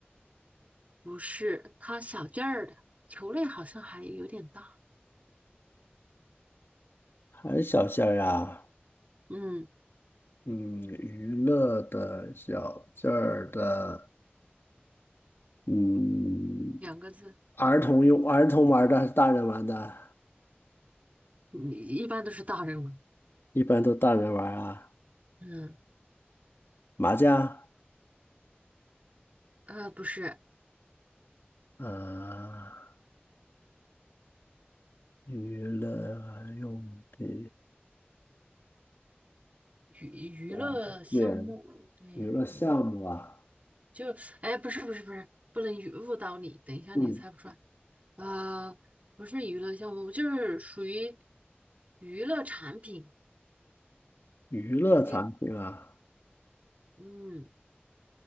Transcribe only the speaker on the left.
还是小件儿啊？
嗯，娱乐的小件儿的，嗯，
儿童用儿童玩儿的还是大人玩的？
一般都大人玩儿啊。
麻将
啊，娱乐用品
啊，对，
娱乐项目啊，
嗯，
娱乐产品啊，